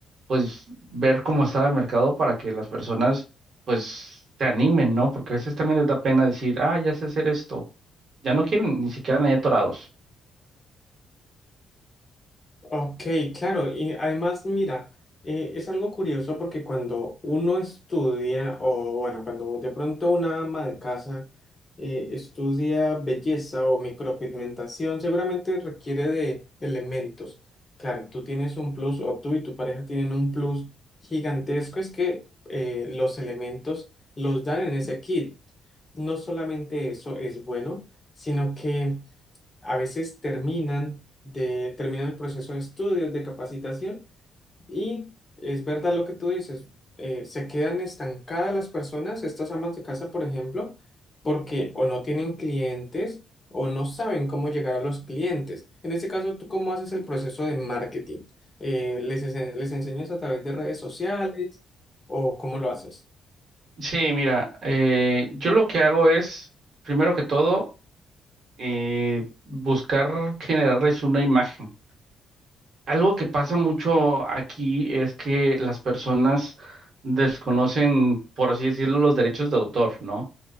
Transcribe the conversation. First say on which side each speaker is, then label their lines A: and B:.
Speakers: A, on the right; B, on the left.
A: pues, ver cómo estaba el mercado para que las personas, pues, se animen, ¿no? Porque a veces también les da pena decir, ah, ya sé hacer esto. Ya no quieren, ni siquiera ahí atorados.
B: Ok, claro, y además, mira, eh, es algo curioso porque cuando uno estudia, o bueno, cuando de pronto una ama de casa eh, estudia belleza o micropigmentación, seguramente requiere de elementos. Claro, tú tienes un plus, o tú y tu pareja tienen un plus gigantesco, es que eh, los elementos los dan en ese kit. No solamente eso es bueno, sino que a veces terminan de terminan el proceso de estudios, de capacitación y es verdad lo que tú dices, eh, se quedan estancadas las personas, estas amas de casa, por ejemplo, porque o no tienen clientes o no saben cómo llegar a los clientes. En este caso, ¿tú cómo haces el proceso de marketing? Eh, ¿les, ense- les enseñas a través de redes sociales o cómo lo haces?
A: Sí, mira, eh, yo lo que hago es, primero que todo, eh, buscar generarles una imagen. Algo que pasa mucho aquí es que las personas desconocen, por así decirlo, los derechos de autor, ¿no?